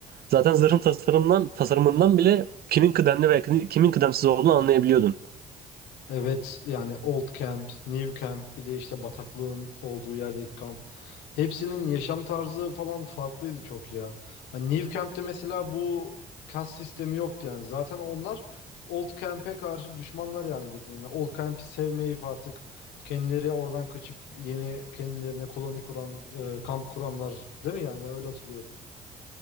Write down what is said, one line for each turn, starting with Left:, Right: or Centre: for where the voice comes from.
Right: Zaten zırhın tasarımından, tasarımından bile kimin kıdemli ve kimin kıdemsiz olduğunu anlayabiliyordun.
Left: Evet yani Old Camp, New Camp bir de işte bataklığın olduğu yerdeki kamp. Hepsinin yaşam tarzı falan farklıydı çok ya. Hani New Camp'te mesela bu kas sistemi yoktu yani. Zaten onlar Old Camp'e karşı düşmanlar yani bildiğin. Yani Old Camp'i sevmeyip artık kendileri oradan kaçıp yeni kendilerine koloni kuran, e, kamp kuranlar değil mi yani ben öyle hatırlıyorum.